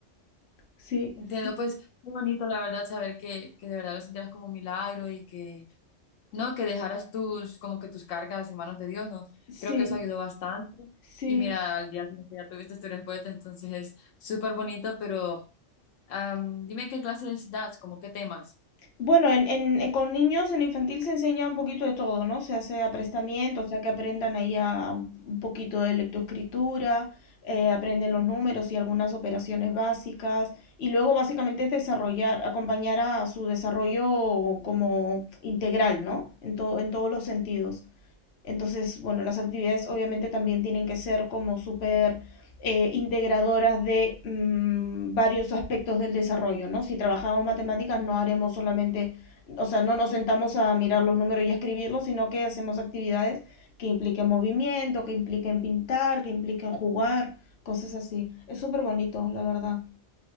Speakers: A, on the left; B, on the left.
A: Sí,
B: Entiendo,
A: sí,
B: pues muy bonito la verdad saber que, que de verdad lo sintieras como un milagro y que no, que dejaras tus, como que tus cargas en manos de Dios, ¿no?
A: sí,
B: Creo que eso ayudó bastante.
A: sí.
B: Y mira, al día siguiente ya tuviste tu respuesta, entonces es súper bonito, pero am, dime qué clases das, como qué temas.
A: Bueno, en, en- en- con niños en infantil se enseña un poquito de todo, ¿no? Se hace aprestamiento, o sea, que aprendan ahí a, a un poquito de lectoescritura, eh, aprenden los números y algunas operaciones básicas, y luego básicamente es desarrollar, acompañar a su desarrollo como integral, ¿no? En to- en todos los sentidos. Entonces, bueno, las actividades obviamente también tienen que ser como súper eh, integradoras de mm, varios aspectos del desarrollo, ¿no? Si trabajamos matemáticas, no haremos solamente, o sea, no nos sentamos a mirar los números y a escribirlos, sino que hacemos actividades que impliquen movimiento, que impliquen pintar, que impliquen jugar, cosas así. Es súper bonito, la verdad.